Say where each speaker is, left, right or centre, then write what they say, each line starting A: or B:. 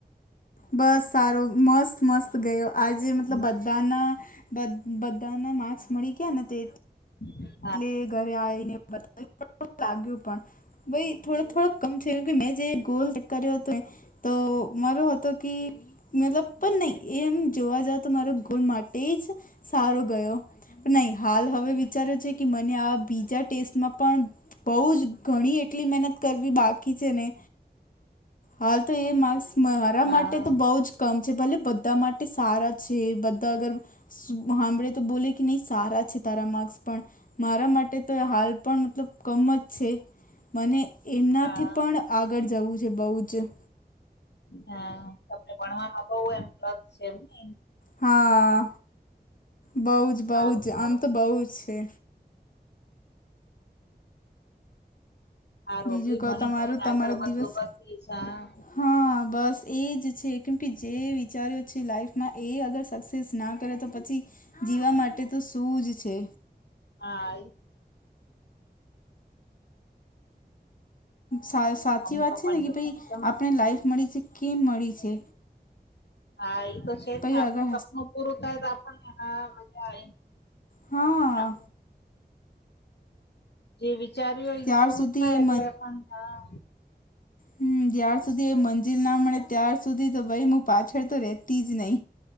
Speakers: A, on the left (about 55°); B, on the left (about 90°).
A: બસ સારો, મસ્ત મસ્ત ગયો, આજે મતલબ
B: હા
A: બધાન બ બધાના માર્ક્સ મળી ગયા ને તે.
B: <inaudible>
A: એટલે ઘરે આવીને બતાવી લાગ્યું પણ ભાઈ થોડો થોડોક કમ છે કે મેં જે ગોલ કર્યો હતો તો મારો હતો થી કે મતલબ પણ નઈ. એમ જોવા જાવ તો મારો ગોલ માટે જ સારો ગયો. નઈ હાલ હવે વિચારયો છે કે કે મને આ બીજા ટેસ્ટમાં પણ બોઉ જ ઘણી એટલી મહેનત કરવી બાકી છે ને હાલ તો એ માક્સ મારા
B: હા
A: માટે તો બઉ જ કમ છે ભલે બધા માટે સારા છે બધા અગર હાભળે તો બોલે કે નઈ સારા છે તારા માર્ક્સ પણ મારા માટે તો હાલ પણ મતલબ કમ જ છે મને એમનાથી
B: હા
A: પણ આગળ જવું છે બોઉ જ
B: હા તમને ભણવામાં બોઉ એમ રસ છે એમને.
A: હા, બઉ જ બઉ
B: હારું
A: જ
B: હારું
A: આમ તો બઉ જ છે.
B: હારો
A: બીજું
B: ભઈ
A: કહો
B: ભણી
A: તમારું
B: ગણીને આગળ
A: તમારો
B: વધો
A: દિવસ
B: તો સુખી થા <unintelligible>
A: હા, બસ એ જ છે કેમ કે જે વિચાર્યુ છે લાઈફ માં એ અગર સક્સેસ ના કરે તો પછી જીવા માટે તો શું જ છે.
B: હા એ
A: હા. સાચી
B: મમ્મી
A: વાત
B: પપ્પા
A: છે ને કે
B: બધા
A: ભાઈ
B: મજામાં
A: આપણે લાઈફ મળી છે કેમ મળી છે.
B: હા એ તો છે જ
A: પહી
B: ને આપણનું
A: અગર
B: સપનું પૂરું થાય તો આપ મજા આવે
A: હા
B: આપ જે વિચાર્યું
A: ત્યાર
B: એ પૂરું
A: સુધી
B: થાય
A: એ
B: એટલે પણ હા.
A: હમ્મ જ્યાર સુધી એ મંજિલ ના મળે ત્યાર સુધી તો ભાઈ હું પાછળ તો રેતી જ નઈ.